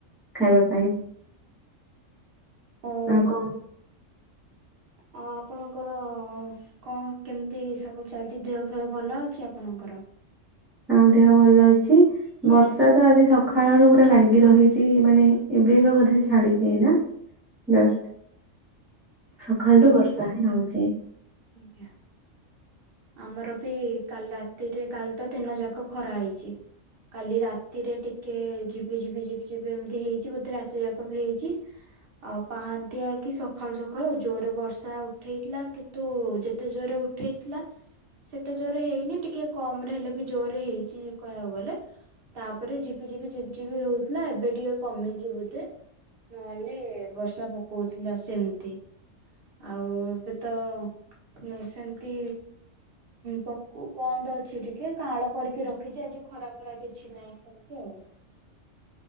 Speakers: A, in the centre; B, on the right.
A: ଖାଇବା ପାଇଁ।
B: ଅ
A: ଆଉ କଣ
B: ଆଉ ଆପଣଙ୍କର କଣ କେମିତି ସବୁ ଚାଲିଛି ଦେହ ଫେହ ଭଲ ଅଛି ଆପଣଙ୍କର?
A: ହଁ ଦେହ ଭଲ ଅଛି ବର୍ଷା ତ ଆଜି ସକାଳ ବେଳୁ ପୁରା ଲାଗି ରହିଛି ମାନେ ଏବେ ଏବେ ବୋଧେ ଛାଡିଛି ଏଇନା ଜଷ୍ଟ। ସକାଳଠୁ ବର୍ଷା ହିଁ ହଉଚି।
B: ଆଜ୍ଞା ଆମର ବି କାଲି ରାତିରେ କାଲି ତ ଦିନ ଯାକ ଖରା ହେଇଛି କାଲି ରାତିରେ ଟିକେ ଝିିବି ଝିିବି ଝିିବି ଝିିବି ଏମିତି ହେଇଛି ବୋଧେ ରାତି ଯାକ ବି ହେଇଛି ଆଉ ପାହାନ୍ତିଆ କି ସକାଳୁ ସକାଳୁ ଜୋରରେ ବର୍ଷା ଉଠେଇଥିଲା କି ତୁ ଯେତେ ଜୋରରେ ଉଠେଇଥିଲା ସେତେ ଜୋରରେ ହେଇନି ଟିକେ କମ ରେ ହେଲେ ବି ଜୋରରେ ହେଇଛି କହିବାକୁ ଗଲେ ତାପରେ ଝିପି ଝିପି ଝିପିଝିପି ହଉଥିଲା ଏବେ ଟିକେ କମେଇଛି ବୋଧେ ନହେଲେ ବର୍ଷା ପକଉଥିଲା ସେମିତି ଆଉ ଏବେ ତ ନଁ ସେମିତି ପ ବନ୍ଦ ଅଛି ଟିକେ କାଳ କରିକି ରଖିଛି ଆଜି ଖରା ଖରା କିଛି ନାହିଁ ସେମିତି ଆଉ